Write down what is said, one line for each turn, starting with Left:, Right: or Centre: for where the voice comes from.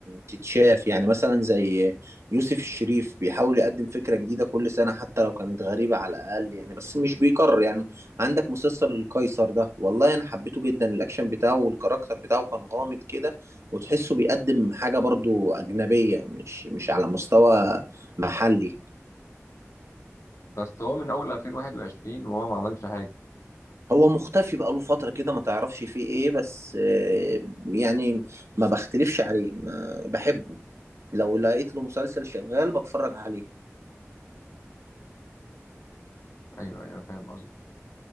Right: تتشاف يعني مثلا زي يوسف الشريف بيحاول يقدم فكرة جديدة كل سنة حتى لو كانت غريبة على الأقل يعني بس مش بيكرر يعني عندك مسلسل القيصر ده والله أنا حبيته جدا الأكشن بتاعه والكاركتر بتاعه كان غامض كده وتحسه بيقدم حاجة برضو أجنبية مش مش على مستوى محلي
Left: بس هو من اول 2021 وهو ما عملش حاجه
Right: هو مختفي بقاله فترة كده ما تعرفش فيه ايه بس آه، يعني ما بختلفش عليه ما بحبه لو لقيت له مسلسل شغال بتفرج عليه
Left: ايوه ايوه فاهم قصدي